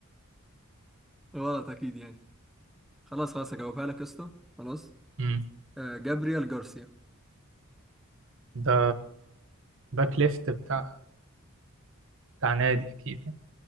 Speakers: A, in the centre; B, on the right.
A: غلط اكيد يعني خلاص خلاص هجاوبها لك يا اسطى خلاص
B: مم.
A: آه جابريال جارسيا
B: ده باك ليفت بتاع بتاع نادي أكيد يعني.